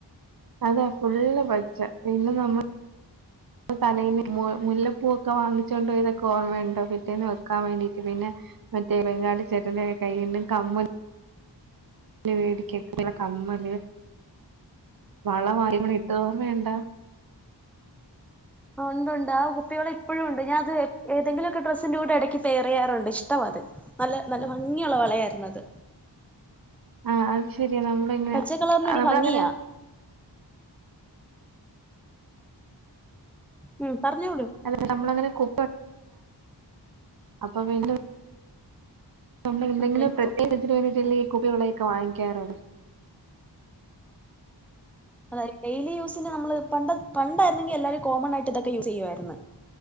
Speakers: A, on the right; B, in the centre.
A: അതെ ഫുള്ള് പച്ച പിന്നെ നമ്മൾ തലേന്ന് മുല്ലപ്പൂവൊക്കെ വാങ്ങിച്ചോണ്ട് പോയതൊക്കെ ഓർമ്മയുണ്ടോ പിറ്റേന്ന് വെക്കാൻ വേണ്ടിട്ട് പിന്നെ മറ്റേ ബെങ്കാളി ചെട്ടൻന്റെ കൈയിൽ കമ്മൽ വേടിക്കക്കല്ല കമ്മൽ വളമാല ഇട്ടത് ഓർമ്മ ഉണ്ട
B: ഉണ്ട് ഉണ്ട് ആ കുപ്പിവള ഇപ്പോഴും ഉണ്ട്. ഞാൻ അത് ഏതെങ്കിലുമൊക്കെ ഡ്രസ്സിന്റെറെ കൂടെ ഇടക്ക് പേറിയാറുണ്ട് ഇഷ്ടം അത് നല്ല നല്ല ഭംഗിയുള്ള വളയായിരുന്നു അത്
A: ആ അത് ശരിയാ നമ്മൾ എങ്ങനെ
B: പച്ച കളറിനൊരു
A: നമ്മൾ
B: ഭംഗിയാ
A: എങ്ങനെ
B: ഉം പറഞ്ഞോളൂ
A: അല്ലെ നമ്മളങ്ങനെ കൊ <inaudible> അപ്പൊ പിന്നെ നമ്മൾ എന്തെങ്കിലും
B: ആ ഇപ്പൊ
A: പ്രത്യേകത്തിന് വേണ്ടി ഈ കുപ്പികളൊക്കെ വാങ്ങിക്കാറോട
B: അതായത് ഡെയിലി യൂസിന് നമ്മൾ പണ്ടായിരുന്നെങ്കിൽ എല്ലാവരും കോമൺ ആയിട്ട് ഇതൊക്കെ യൂസ് ചെയ്യുവായിരുന്നു.